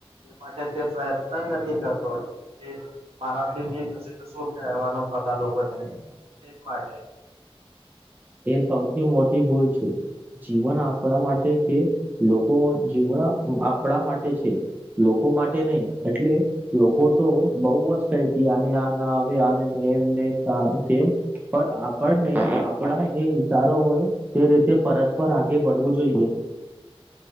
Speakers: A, on the right (about 75°); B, on the right (about 20°).
A: એ માટે તે પ્રયત્ન જ નથી કરતો. એ મારાથી નહી થશે તો શું કવાનું બધા લોકોને તેજ માટે.
B: એ સૌથી મોટી ભૂલ છે જીવન આપણા માટે કે લોકો જીવણ આપણા માટે છે લોકો માટે નહી એટલે લોકો તો બઉુ જ <unintelligible> આને આ ના આવે આ એમને કે પર આપ પણ નહી આપણા જે વિચારો હોય તે રીતે પરસ્પર આગે બળવું જોઈએ.